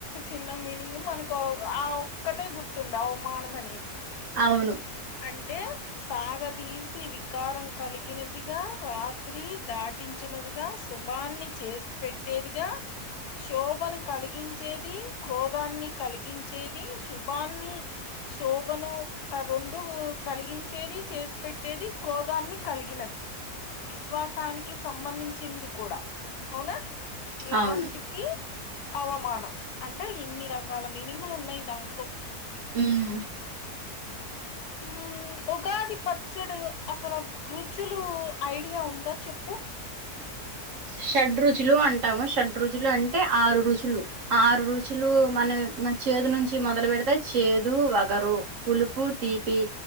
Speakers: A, on the left; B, on the right.
A: చిన్న మీనింగ్ మనకు ఆ ఒక్కటే గుర్తుంది అవమానం అనేది
B: అవును
A: అంటే సాగదీసి వికారం కలిగినదిగా రాత్రి దాటించ దినదిగా శుభాన్ని చేసి పెట్టేదిగా శోభను కలిగించేది క్రోధాన్ని కలిగించేది శుభాన్ని శోభను రెండు కలిగించేది చేసి పెట్టేది క్రోధాన్ని కలిగినది విశ్వాసానికి సంబంధించింది కూడా అవునా లాస్ట్
B: అవును
A: కి అవమానం అంటే ఇన్ని రకాల మీనింగ్ లు ఉన్నాయి దాంతో
B: హ్మ్
A: హ్మ్ ఉగాది పచ్చడు అసలు కృ కుచ్చులు ఐడియా ఉందా చెప్పు
B: షడ్రుచులు అంటాము షడ్రుచులు అంటే ఆరు రుచులు ఆరు రుచులు మన మ చేదు నుంచి మొదలు పెడితే చేదు వగరు పులుపు తీపి